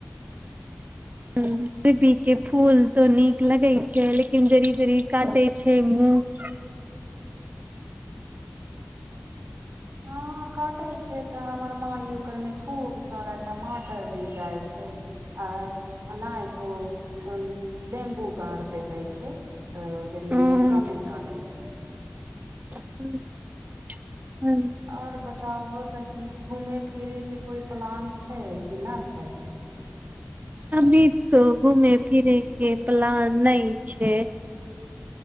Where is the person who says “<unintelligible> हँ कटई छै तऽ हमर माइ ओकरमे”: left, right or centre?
Right